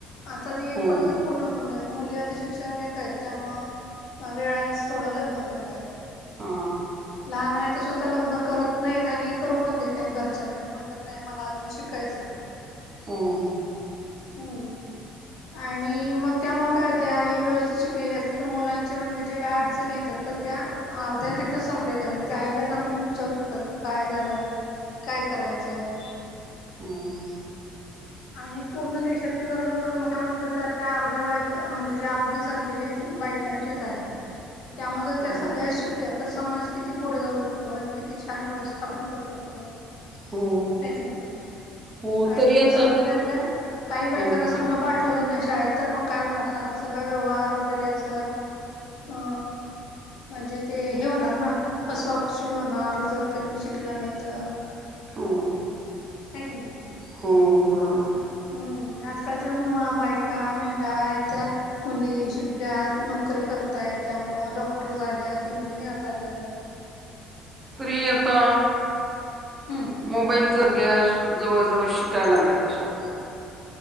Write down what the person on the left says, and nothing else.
आता ती
पद्धत पूर्ण बंद. मुली आता शिक्षण घेतयत त्यामु वेळा थोडं लग्न करतायत.
लहान मा ते स्वतः लग्न करत नाहीत आणि करू पण देत नाहीत घरच्यांना कि म्हणतात नाही मला अजून शिकायचंय.
हम. आणि मग त्यामुळे काय होते ह व्यवस्थित शिकलेली असते तर मुलांचे म्हणजे जे काय अडचणी येतात तर त्या. अर्ध्या तिथच संपलेल्या असतात ते आईला सांगून विचारू शकतात की काय झालं. काय करायचं.
आणि पूर्ण देशातली जर लोकसंख्या म्हणली तर त्यातल्या अर्ध्या बायक म्हणजे जे अर्धी संख्या जी बायकांचेच आहे त्यामुळे
त्या सगळ्या शिकल्यात. तर समाज किती पुढे जाऊ शकतो आणि किती छान व्यवस्था पण करू शकतो.
नाही
आणि
समजा. त्यातल्या काही बायकांना
समजा पाठवलच नाही शिका शाय तर मग काय होणार सांग स का व्यवहार वगैरे असं. अ म्हणजे ते हे होणार ना फसवा फसवी होणार जर त्यांनी शिक शकलं नाही तर?
हाय की नाही.
हम्म आजकालच्या बायका महिला त्या्या मुली शिकल्यात नोकरी. करताय त्यामु डॉक्टर झाल्या इंजिनियर झाल्यात.
हम्म